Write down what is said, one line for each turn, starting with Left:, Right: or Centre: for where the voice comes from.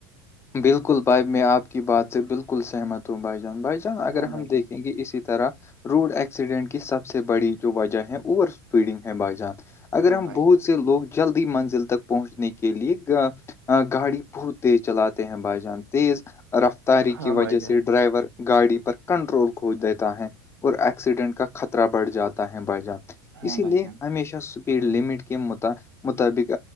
Left: بالکل بھائی میں آپ کی بات سے بالکل سہمت ہوں بھائی جان بھائی جان اگر
Right: ہاں بھائی
Left: ہم
Right: جان
Left: دیکھیں گے اسیح طرح روڈ ایکسیڈنٹ کی سب سے بڑی جو وجہ ہے اوور اسپیڈنگ ہے بائی جان اگر
Right: ہاں
Left: ہم
Right: بھائی
Left: بہت
Right: جان
Left: سے لوگ جلدی منزل تک پہنچنے کے لیے گاڑی بہت تیز چلاتے ہیں بائی جان تیز رفتاری
Right: ہاں
Left: کی وجہ
Right: بھائی
Left: سے
Right: جان
Left: ڈرائیور گاڑی پر کنٹرول کھوج دیتا ہے اور ایکسیڈنٹ کا خطرہ بڑھ جاتا ہے بائی جان
Right: ہاں
Left: اسی
Right: بھائی
Left: لیے
Right: جان
Left: ہمیشہ یڈ لٹ کے مطابق